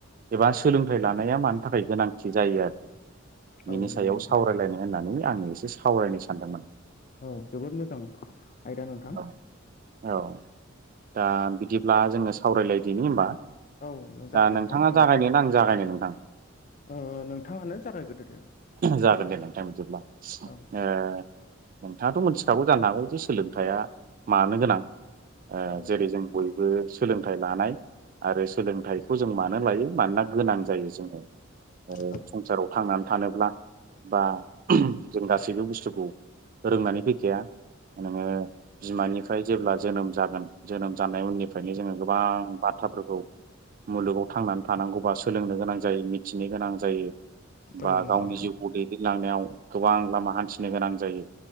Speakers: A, on the right (about 45°); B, on the left (about 40°).
A: एबा सोलोंथाइ लानाया मानि थाखाय गोनांथि जायो आरो
B: औ
A: बिनि
B: नंगौ
A: सायाव
B: नोंथां
A: सावरायलायनो होननानै आंङो एसे सावरायनो सानदोंमोन।
B: औ जोबोद मोजां आयदा नोंथां
A: औ औ दा बिदिब्ला जोंनो सावरायलायदिनि होमबा
B: औ जागोन
A: दा नोंथांङा
B: नोंथां नोंथां
A: जागायनोन आं जागायनो नोंथां
B: ओ नोंथांङानो जागाय ग्रोदो
A: जागोन दे नोंथ बिदिब्ला ओ
B: औ
A: नोंथांङाथ' मिथिखागौ जानो हागौ जे सोलोंथायाइया मानो गोनां ओ
B: औ
A: जेरै
B: नंगौ
A: जों
B: नोंथां
A: बयबो सोलोंथाइ लानाय आरो सोलोंथाइखौ जों मानो लायो मानोना गोनां जायो जोंङो ओ
B: औ
A: संसाराव थांनानै थानोब्ला बा जों गासैबो बुस्थुखौ रोंनानै फैखाया नोंङो बिमानिफ्राय जेब्ला जोनोम जागोन जोनोम जानाय उननि फ्रायनो जोंङो गोबां बाथ्राफोरखौ मुलुगाव थांनानै थानांगौबा सोलोंनो गोनां जायो मिथिनो गोनां जायो बा
B: औ
A: गावनि
B: नंगौ नोंथां
A: जिउखौ दैदेनलांनायाव गोबां लामा हान्थिनो गोनां जायो।